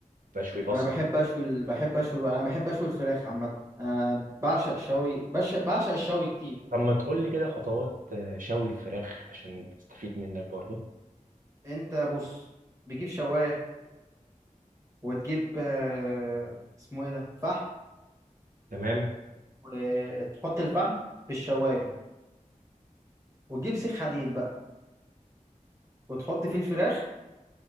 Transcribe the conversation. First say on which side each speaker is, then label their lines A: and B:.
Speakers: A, on the right; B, on the right.
A: بشوي بصل
B: انا بحب اشوي ال- بحب اشوي انا بحب اشوي الفراخ عامه انا بعشق شوي بش... بعشق الشوي كتير
A: طب ما تقول لي كده خطوات آه، شوي الفراخ عشان استفيد منك برضو
B: انت بص بتجيب شوايه وتجيب آه، اسمه ايه ده فحم
A: تمام
B: وتحط الفحم في الشوايه وتجيب سيخ حديد بقى وتحط فيه الفراخ